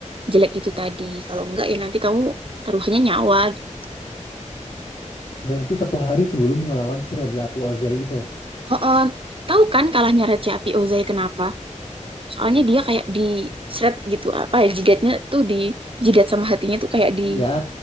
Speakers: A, on the right; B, on the left.
A: jelek itu tadi. Kalau enggak ya nanti kamu taruhannya nyawa gitu.
B: Dan itu satu hari sebelum melawan si Raja Api Ozai itu.
A: oh Tahu kan kalahnya Raja Api Ozai kenapa? Soalnya dia kayak di seret gitu apa ya jidatnya tuh di jidat sama hatinya tuh kayak di
B: Iya,